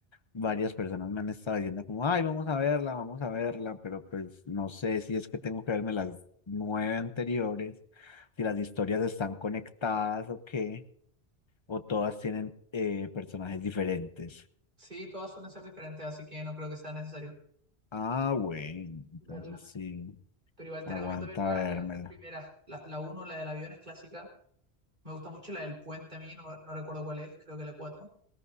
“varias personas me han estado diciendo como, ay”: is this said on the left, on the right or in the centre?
Left